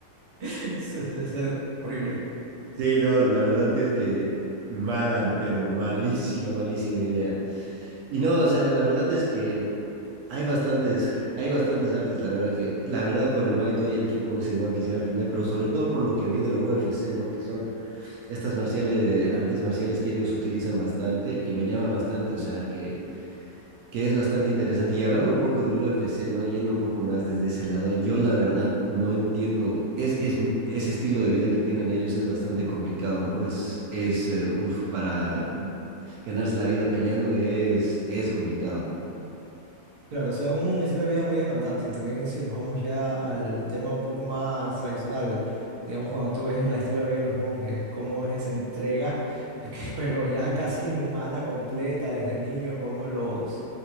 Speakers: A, on the right; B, on the right.
A: Es, es- es horrible.
B: Sí, no, la verdad que es que mala, pero malísima, malísima idea. Y no, o sea, la verdad es que Hay bastantes, hay bastantes artes, la verdad que, la verdad por el Muay Thai y el kickboxing igual quisiera aprender, pero sobre todo por lo que vi de la UFC, ¿no? Que son estas marciales, artes marciales que ellos utilizan bastante y me llama bastante, o sea que, que es bastante interesante. Y hablando un poco del UFC, ¿no? Yendo un poco más desde ese lado, yo la verdad no entiendo, es, es, ese estilo de vida que tienen ellos es bastante complicado, ¿no? Es, es, uh, uf, para ganarse la vida peleando es, es complicado.
A: Claro, o sea, es un estilo de vida muy demandante y también si nos vamos ya al tema un poco más tradicional, digamos cuando tú ves el estilo de vida de los monjes, cómo es esa entrega, <laughs> que- pero ya casi inhumana, completa desde niños, cómo los,